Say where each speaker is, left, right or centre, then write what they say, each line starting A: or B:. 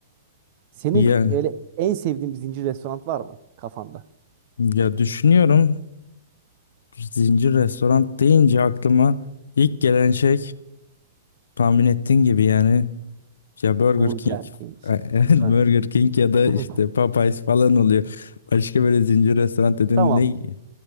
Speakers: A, on the right (about 50°); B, on the left (about 80°).
A: Senin
B: Ya,
A: öyle en sevdiğin bir zincir restoran var mı kafanda?
B: ya düşünüyorum zincir restoran deyince aklıma ilk gelen şey tahmin ettiğin gibi yani ya Burger
A: Burger
B: King
A: King.
B: <laughs> evet,
A: Değil mi?
B: Burger King ya da
A: <laughs>
B: işte Popeyes falan oluyor. Başka böyle zincir restoran dedim
A: Tamam.
B: ne iyi?